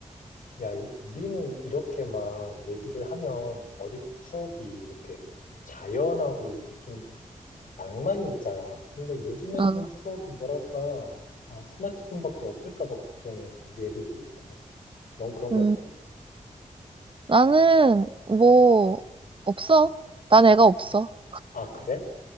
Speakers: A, on the left (about 85°); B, on the right (about 40°).
A: 야, 이- 우리는 이렇게 막 얘기를 하면 어릴 때 추억이 이렇게 자연하고 이렇게 낭만이 있잖아. 근데 요즘 애들은
B: 어,
A: 추억이 뭐랄까, 어, 스마트폰밖에 없을까 봐 걱정이야. 우리 애들도 그렇고. 넌 그런
B: 음
A: 거 없어?
B: 나는 뭐 없어. 난 애가 없어.
A: 아, 그래?